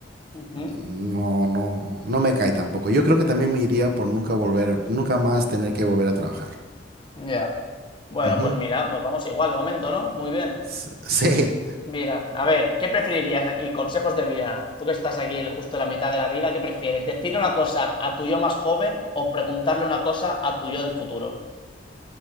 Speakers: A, on the left (about 25°); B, on the right (about 55°).
A: Ujú.
B: no, no, no me cae tampoco. Yo creo que también me iría por nunca volver, nunca más tener que volver a trabajar.
A: Ya. Bueno,
B: Ujú.
A: pues mira, pues vamos igual de momento, ¿no? Muy bien.
B: S- <laughs> Sí,
A: Mira, a ver, ¿qué preferirías aquí? Consejos de vida. Tú que estás aquí el- justo en la mitad de la vida, ¿qué prefieres? ¿Decirle una cosa a tu yo más joven o preguntarle una cosa a tu yo del futuro?